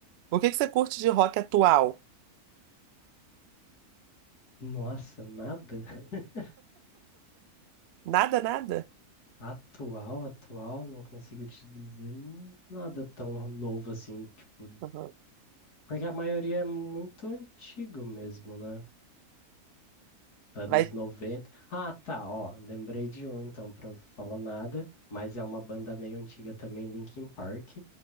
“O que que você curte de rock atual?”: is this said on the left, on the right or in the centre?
Right